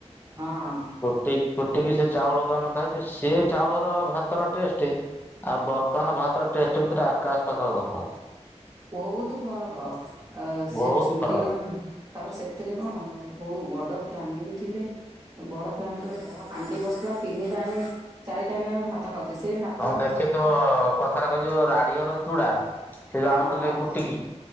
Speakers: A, on the right; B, on the left.
A: ହଁ।
B: କୁଟି କୁଟି କି ସେ ଚାଉଳକୁ ଆମେ ଖାଇଛୁ, ସେ ଚାଉଳ ର ଭାତର ଟେଷ୍ଟ ଆଉ ବର୍ତ୍ତମାନ ଭାତର ଟେଷ୍ଟ ଭିତରେ, ଆକାଶ ପାତାଳ ତଫାତ।
A: ବହୁତ ଫରକ, ଆ ସେ
B: ବହୁତ
A: ଚୁଲିର
B: ଫରକ।
A: ତାପରେ ସେଥିରେ କଣ, ଭଉ ବଡ ଫ୍ୟାମିଲି ଥିଲେ। ବଡ଼ ହାଣ୍ଡିରେ ବଡ ହାଣ୍ଡି ବସୁଥିଲା, ତିନି ଟାଇମ ଚାରି ଟାଇମ୍ ଆମେ ଭାତ ଖାଉଥିଲେ। ସେଇ ଭାତଟା
B: ତମେ ଦେଖିଥିବ କଥାରେ କୁହାଯିବ ରାଡିଅର ଚୁଡା ସେ ଯୋଉ ଆଣୁଥିଲେ
A: ହଁ
B: କୁଟିକି,